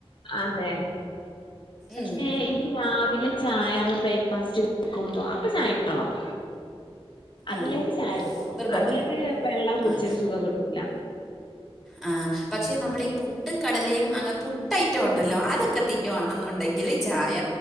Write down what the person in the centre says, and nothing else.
ഉം.
ആ
നിർബന്ധമാണ്
ആ
ആ പക്ഷെ നമ്മൾ ഈ പുട്ടും കടലയും അങ്ങനെ പുട്ട് ഐറ്റം ഉണ്ടല്ലോ അതൊക്കെ തിന്നു വാണെന്നുണ്ടെങ്കിൽ ഇല്ലെങ്കിൽ ചായ